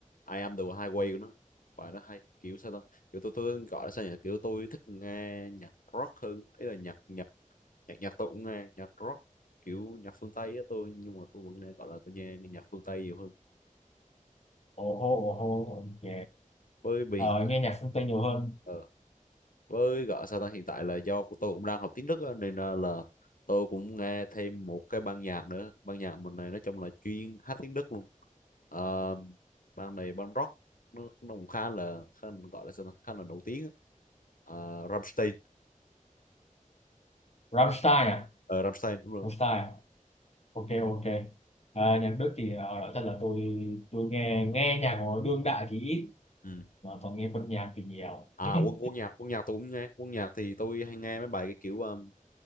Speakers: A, on the left; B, on the left.
A: I Am the Highway của nó. Bài nó hay kiểu sao ta? Kiểu tôi tôi gọi là sao nhỉ? Kiểu tôi thích nghe nhạc rock hơn. Ý là nhạc nhạc nhạc nhạc tôi cũng nghe nhạc rock kiểu nhạc phương Tây á tôi nhưng mà tôi vẫn nghe gọi là tôi nghe, nghe nhạc phương Tây nhiều hơn.
B: Ồ hô, ồ hô, ok.
A: với biển
B: Ờ, nghe nhạc phương Tây nhiều hơn.
A: ờ, với gọi sao ta hiện tại là do của tôi cũng đang học tiếng Đức á, nên là, là tôi cũng nghe thêm một cái ban nhạc nữa ban nhạc mình này nói chung là chuyên hát tiếng Đức luôn Ờ, ban này ban rock nó, nó cũng khá là khá, gọi là sao ta khá là nổi tiếng á. Ờ, Rammstein
B: Rammstein à?
A: Ờ, Rammstein đúng rồi
B: Rammstein à? Ok, ok. À, nhạc Đức thì à, nói thật là tôi tôi nghe nghe nhạc của đương đại thì ít,
A: ừ.
B: mà toàn nghe quân nhạc thì nhiều.
A: à
B: <laughs>
A: quân quân nhạc quân nhạc tôi cũng nghe quân nhạc thì tôi hay nghe mấy bài cái kiểu um,